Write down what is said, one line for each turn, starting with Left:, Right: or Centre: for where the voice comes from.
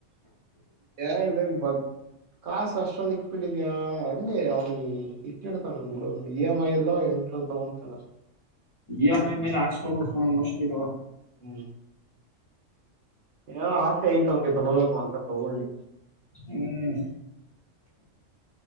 Right: ಯ ಹೇಳ್ದೇ ಬ ಕಸ್ ಅಷ್ಟೊಂದ ಇಕ್ಬಿಟ್ಟಿದ್ಯಾ ಅಲ್ಲಿ ಅವ್ನು ಇಕ್ಿಡ್ತ ನ ಬಿಡ ಇ ಎಮ್ ಐ ಎಲ್ಲೋ ಎಂ ತಗೊಂತ ಅಷ್ಟೆ
Left: ಇ ಆರ್ ಐ ಮೇಲೆ ಹಾಕ್ಸ್ಕೊಬಬೇಕು ಕೋ ಮುಸ್್ಲ್
Right: ಹ್ಮ್ ಏನೋ ಆಸೆ ಆಯ್ತು ಅವಂಗೆ ತಗೋಬೇಕು ಅಂತ ತಗೊಳ್ಳಿ
Left: ಹ್ಮ್